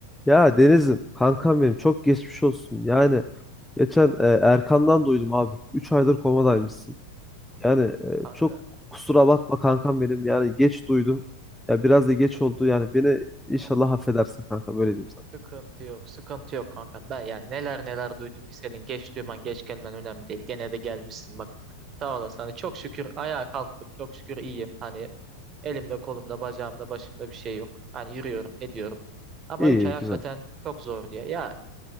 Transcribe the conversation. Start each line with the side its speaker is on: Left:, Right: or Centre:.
Centre: Ya Deniz'im kankam benim çok geçmiş olsun. Yani geçen e, Erkan'dan duydum abi. üç aydır komadaymışsın. Yani e,
Right: Kanka
Centre: çok kusura bakma kankam benim. Yani geç duydum. Ya biraz da geç oldu. Yani beni inşallah affedersin kanka böyle diyeyim sana.
Right: sıkıntı yok sıkıntı yok kanka ben yani neler neler duydum ki senin geç duyman geç gelmen önemli değil gene de gelmişsin bak sağ olasın hani çok şükür ayağa kalktık çok şükür iyiyim hani elimde kolumda bacağımda başımda bir şey yok hani yürüyorum ediyorum ama
Centre: İyi
Right: 3
Centre: iyi
Right: ay
Centre: güzel.
Right: hakikaten çok zor diye ya